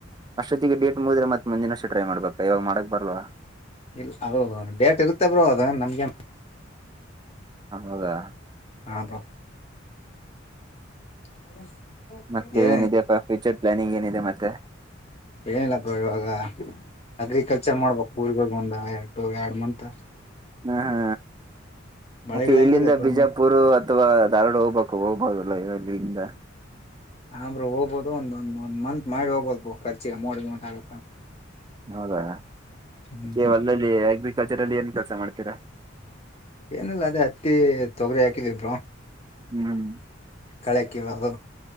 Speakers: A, on the right; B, on the left.
A: ಅಷ್ಟೊತ್ತಿಗೆ ಡೇಟ್ ಮುಗದ್ರೆ ಮತ್ತ್ ಮುಂದಿನೊರ್ಷ ಟ್ರೈ ಮಾಡ್ಬೇಕ್ ಇವಾಗ ಮಾಡಕ್ ಬರ್ಲ್ವಾ.
B: ಇಲ್ ಅದು ಡೇಟ್ ಇರತ್ತೆ ಬ್ರೋ ಅದ ನಮ್ಗೆನ್.
A: ಹೌದಾ
B: ಹಾ ಬ್ರೋ. <unintelligible>
A: ಮತ್ತೆ
B: ಏ
A: ಏನಿದೆಪಾ ಫ್ಯೂಚರ್ ಪ್ಲಾನಿಂಗ್ ಏನಿದೆ ಮತ್. ತ್ತೆ
B: ಏಲ್ಲ ಬ್ರೋ ಇವಾಗ ಅಗ್ರಿಕಲ್ಚರ್ ಮಾಡ್ಬೇಕು <unintelligible> ಒಂದ <unintelligible> ಯಾಡ್ ಮಂತ್.
A: ಹಾ
B: ಮಳೆಗಳ
A: ಮತ್ತೆ ಇಲ್ಲಿಂದ
B: ಹೆಂಗಿದೆ ಬ್ರೋ
A: ಬಿಜಾಪುರು
B: ನಿಮ್
A: ಅ ಥವಾ ದಾರವಾಡ ಹೋಗ್ಬೇಕು ಹೋಗಬೋದಲ್ಲ <unintelligible> ಇಲ್ಲಿಂದ.
B: ಆ ಬ್ರೋ ಹೋಗ್ಬೋದು ಒಂದ ಒಂದ್ ಒಂದ್ ಮಂತ್ ಮಾಡ್ ಹೋಗ್ಬೋದು ಬೋ ಖರ್ಚಿಗೆ ಅಮ್ಮೌಂಟ್ ಗಿಮೌಂಟ್ ಆಗುತ್ತ.
A: ಹೌದ <unintelligible>
B: ಹ್ಮ್
A: ಕೆ ಹೊಲದಲ್ಲಿ ಅಗ್ರಿಕಲ್ಚರ್ ಅಲ್ಲಿ ಏನ್ ಕೆಲ್ಸ ಮಾಡ್ತಿರ.
B: ಏನಿಲ್ಲ ಅದೇ ಹತ್ತಿ ತೊಗರಿ ಹಾಕಿದಿನ್ ಬ್ರೊ.
A: ಹ್ಮ್
B: ಕಳೆ ಕೀಳೋದು